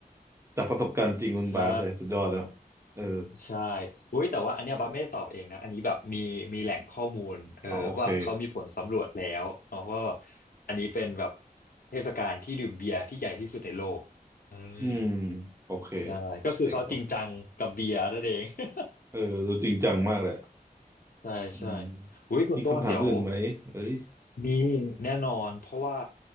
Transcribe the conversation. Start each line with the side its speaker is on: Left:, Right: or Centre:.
Right: จากประสบการณ์จริงคุณบาสเลยสุดยอดแล้ว
Left: ใช่
Right: เออ
Left: ใช่อุ้ยแต่ว่าอันเนี้ยบัสไม่ได้ตอบเองนะอันนี้แบบมีมีแหล่งข้อมูลเออว่าเขามีผลสำรวจแล้วเนาะว่าแบบ
Right: เดี๋ยวอ๋อโอเค
Left: อันนี้เป็นแบบเทศกาลที่ดื่มเบียร์ที่ใหญ่ที่สุดในโลกอืม
Right: อืมโอเค
Left: ใช่ก็คือเขาจริงจังกับเบียร์นั่นเอง
Right: เจ๋งครับ
Left: <laughs>
Right: เออดูจริงจังมากเลย
Left: ใช่ใช่
Right: อืม
Left: อุ้ยคุณต้นเดี๋ยว
Right: มีคำถามอื่นไหมเอ้ย
Left: มีแน่นอนเพราะว่า